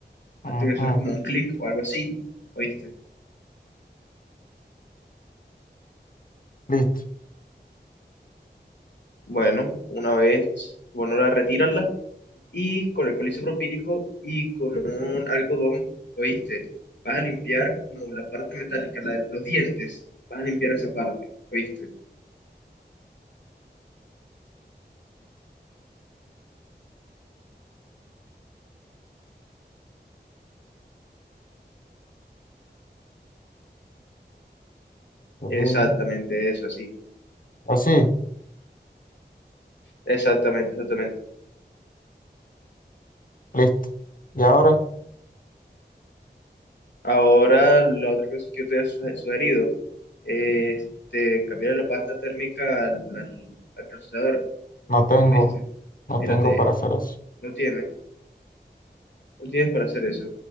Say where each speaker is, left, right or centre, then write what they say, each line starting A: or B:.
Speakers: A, on the left; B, on the left.
A: Ujú,
B: Hasta que suene como un clic o algo así, ¿oíste?
A: Listo.
B: Bueno, una vez, bueno, la retírala y con alcohol isopropílico y con un algodón, ¿oíste? Vas a limpiar como la parte metálica, la de los dientes, vas a limpiar esa parte, ¿oíste?
A: Sí.
B: Exactamente eso, sí.
A: Así,
B: Exactamente, exactamente.
A: listo. Y ahora
B: Ahora, la otra cosa que yo te he su- sugerido es de cambiar la pasta térmica al, al- al procesador.
A: no tengo,
B: Este,
A: no
B: mírate,
A: tengo para hacer eso.
B: no tiene, no tienes para hacer eso.